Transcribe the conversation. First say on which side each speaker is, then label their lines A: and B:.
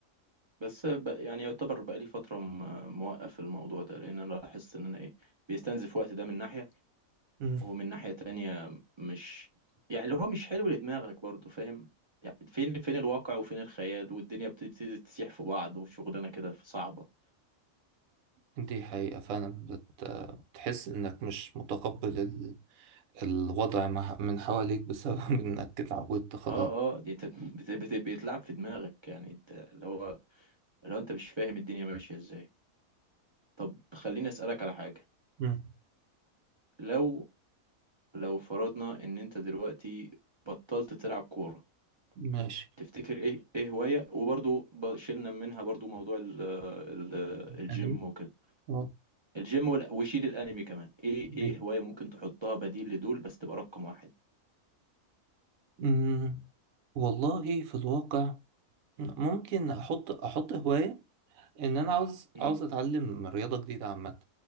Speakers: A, on the right; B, on the right.
A: بس ب... يعني يعتبر بقالي فترة م... موقف الموضوع ده لأن أنا لاحظت إن أنا إيه بيستنزف وقت ده من ناحية
B: مم.
A: ومن ناحية تانية مش يعني اللي هو مش حلو لدماغك برضو فاهم يعني فين فين الواقع وفين الخيال والدنيا بتبتدي تسيح في بعض وشغلانة كده صعبة
B: دي حقيقة فعلا بت- بتحس إنك مش متقبل ال- الوضع مع- من حواليك بسبب <laughs> إنك اتعودت خلاص
A: اه اه دي انت <laughs> بت... بت... بيتلعب في دماغك يعني انت اللي هو لو انت مش فاهم الدنيا ماشية ازاي طب خليني أسألك على حاجة
B: مم.
A: لو لو فرضنا ان انت دلوقتي بطلت تلعب كورة
B: ماشي
A: تفتكر ايه ايه هواية وبرضو ب- شلنا منها برضو موضوع ال ال الجيم
B: يعني
A: وكده
B: آه.
A: الجيم وال- وشيل الانمي كمان ايه ايه
B: ماشي.
A: هواية ممكن تحطها بديل لدول بس تبقى رقم واحد
B: مم. والله في الواقع ممكن أحط أحط هواية إن أنا عاوز
A: امم
B: عاوز أتعلم رياضة جديدة عامة